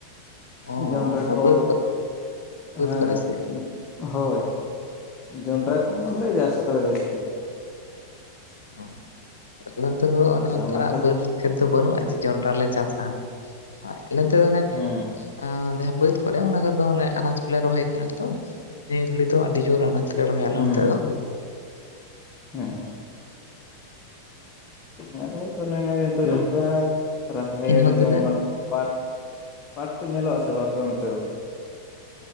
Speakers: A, on the left; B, on the left.
A: ᱚ
B: ᱡᱚᱱᱰᱨᱟ
A: ᱚᱱᱟ
B: ᱠᱚ
A: ᱵᱟᱹᱫᱽ ᱵᱟᱹᱫᱽ
B: ᱦᱟᱸ
A: ᱠᱚᱨᱮ ᱥᱮ
B: ᱦᱳᱭ ᱡᱚᱱᱰᱨᱟ ᱠᱚ ᱦᱚᱸ
A: ᱚ
B: ᱞᱮ ᱡᱟᱥ ᱠᱟᱫᱟ ᱡᱟᱹᱥᱛᱤ ᱻᱻ
A: ᱚ ᱱᱚᱛᱮ ᱫᱚᱚ ᱚᱱᱮ ᱚᱱᱠᱟᱱᱟᱜ
B: ᱚᱱᱟ ᱠᱷᱟᱹᱛᱤᱨ
A: ᱵᱟᱹᱫᱽ ᱠᱷᱮᱛ ᱫᱚ ᱵᱟᱹᱱᱩᱜᱼᱟ ᱡᱮ ᱡᱚᱱᱰᱽᱨᱟ ᱞᱮ ᱪᱟᱥᱟ ᱦᱚᱭ ᱟᱞ ᱫᱚᱱᱮ
B: ᱦᱩᱸ
A: ᱟᱸᱟ ᱡᱟᱦᱟᱸ ᱵᱟᱹᱫᱽ ᱠᱚᱨᱮ ᱚᱱᱟ ᱠᱚᱫᱚ ᱚᱱᱮ ᱟᱱᱟᱡ ᱠᱚᱞᱮ ᱨᱚᱦᱚᱭ ᱠᱟᱜᱼᱟ ᱛᱚ ᱱᱤᱭᱟᱹ ᱜᱷᱟᱹᱲ ᱛᱚ ᱟᱹᱰᱤ ᱡᱳᱨ ᱟᱱᱟᱪ ᱞᱮ ᱨᱚᱦᱚ ᱭᱞᱟ
B: ᱦᱩᱸ
A: ᱱᱚᱛᱮᱫᱚ
B: ᱦᱩᱸ <unintelligible> ᱚᱱ ᱚᱱᱟ ᱜᱮ ᱡᱚᱱᱰᱨᱟ ᱨᱟᱦᱮᱲ
A: ᱤᱱ ᱦᱚᱛᱮ
B: ᱱᱚ ᱱᱚᱣᱟ
A: ᱛᱮ
B: ᱯᱟᱴ ᱯᱟᱴ ᱠᱚ ᱧᱮᱞᱚᱜᱼᱟ ᱥᱮᱮ ᱵᱟ ᱟᱯᱮ ᱚᱱᱛᱮ ᱫᱚ